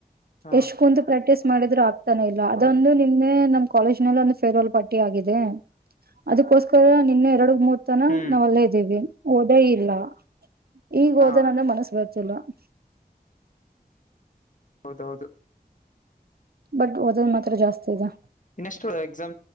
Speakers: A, on the left (about 50°); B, on the right (about 75°).
A: ಹಾ
B: ಎಷ್ಟ ಕುಂತು ಪ್ರಾಕ್ಟೀಸ್ <unintelligible> ಟ್ರೈ ಮಾಡಿದ್ರು ಆಗ್ತಾನೆ ಇಲ್ಲ ಅದೊಂದು ನಿಮ್ಮ <unintelligible> ನೇ ನಮ್ಮ ಕಾಲೇಜ್ ನಲ್ಲಿ ಒಂದು ಫೇರ್ವೆಲ್ ಪಾರ್ಟಿ ಆಗಿದೆ ಅದಕ್ಕೋಸ್ಕರ ನಿನ್ನ ಎರಡು ಮೂರು <unintelligible> ತನ
A: ಹ್ಮ್
B: ನಾವ್ ಅಲ್ಲೇ ಇದ್ದೇವಿ ಓದೇ ಇಲ್ಲ? <unintelligible> ಈಗ
A: ಹಾ
B: ಓದೋಣ ಅಂದರ್ ಮನಸ್ ಬರ್ತಿಲ್ಲ? <unintelligible>
A: ಹೌದ ಹೌದು? <unintelligible>
B: ಬಟ್ ಓದೋದು ಮಾತ್ರ ಜಾಸ್ತಿ ಇದೆ ಮತ್ತ?
A: ಇನ್ನೆಷ್ಟು
B: <unintelligible>
A: ಎಕ್ಸಾಮ್ಸ್